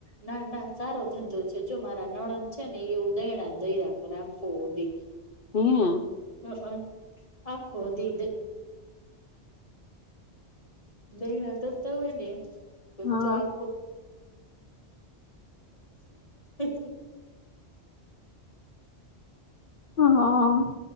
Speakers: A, on the left; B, on the left.
A: ના ના સારો ધંધો છે જો મારા નણદ છે ને એવું દયણા દરા આખો દિ.
B: હે.
A: હકન આખો દી દૈણા દરતા હોય ને, બ્ચો
B: હા
A: આ <unintelligible>
B: હા,